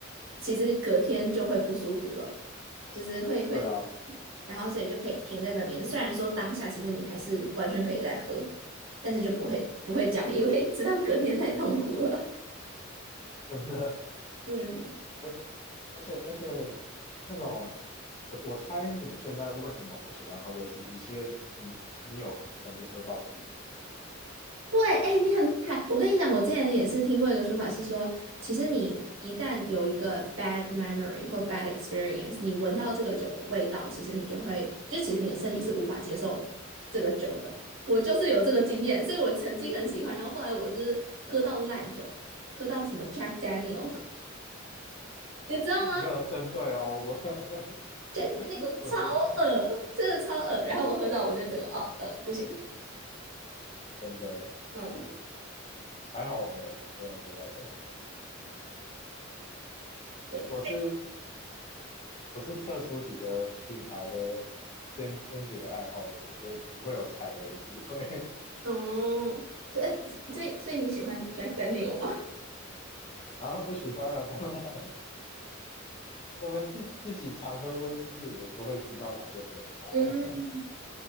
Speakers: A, on the right (about 70°); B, on the left (about 30°).
A: 其实隔天就会不舒服了，就是会会，
B: 对啊，
A: 然后所以就可以停在那边。虽然说当下其实你还是完全可以再喝，但是就不会不会讲，因为知道隔天太痛苦了。
B: 真的。
A: 嗯。
B: 跟而且而且那种，我我猜你现在为什么不喜欢喝威士忌，是因为你你有曾经喝到吐过，
A: 对，哎，你很厉害。我跟你讲，我之前也是听过一个说法是说，其实你一旦有一个 bad memory 或 bad experience，你闻到这个酒的味道，其实你就会，就其实你的身体是无法接受这个酒的。我就是有这个经验，所以我曾经很喜欢，然后后来我就是喝到烂酒，喝到什么 Jack Daniel，<laughs> 你知道吗
B: <laughs> 没有针对哦，我
A: ？Jack
B: <laughs>
A: Daniel
B: 我是
A: 超恶，真的超恶。然后我喝到，我就整个哦，呃，不行。
B: 真的，
A: 嗯，
B: 我还好我没有没有喝到的，
A: 对，
B: 我是我是特殊几个品牌的坚坚决爱好者，所以不会有踩雷的机会
A: 嗯，所以所以所以你喜欢 Jack Daniel 吗？
B: <laughs> 啊，不喜欢啊，当然，<laughs> 我们自自己常喝威士忌的人都会知道哪些不能碰啊
A: 嗯，